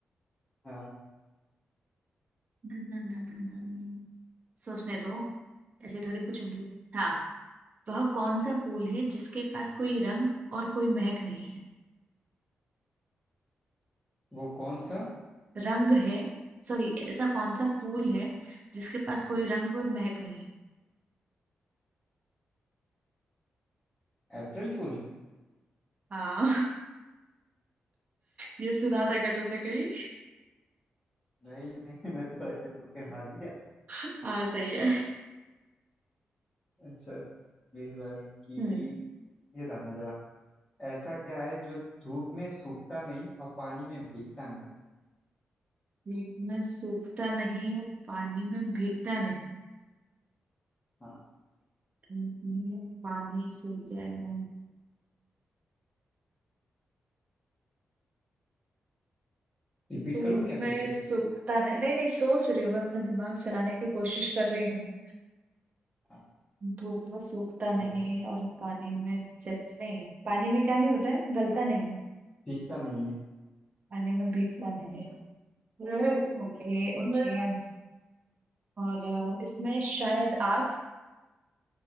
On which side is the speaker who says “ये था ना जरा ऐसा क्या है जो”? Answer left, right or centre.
Left